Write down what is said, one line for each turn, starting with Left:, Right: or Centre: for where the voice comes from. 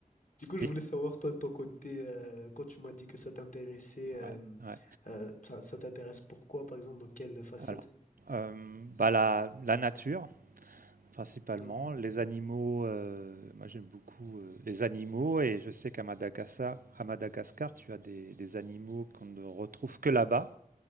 Left: Du coup, je
Right: Et-
Left: voulais savoir, toi, de ton côté, euh, quand tu m'as dit que ça t'intéressait, euh,
Right: ouais. Ouais.
Left: euh, ça, ça t'intéresse pourquoi, par exemple, dans quelle facette?
Right: Alors, euh, bah la, la nature. Principalement,
Left: Mhm.
Right: les animaux, heu, moi j'aime beaucoup, heu, les animaux et je sais qu'à Madagascar à Madagascar, tu as des des animaux qu'on ne retrouve que là-bas